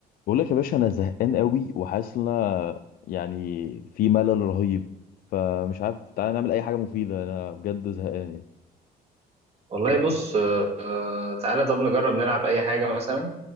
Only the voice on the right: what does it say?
والله بص آه، آه، تعالى طب نجرب نلعب اي حاجه مثلا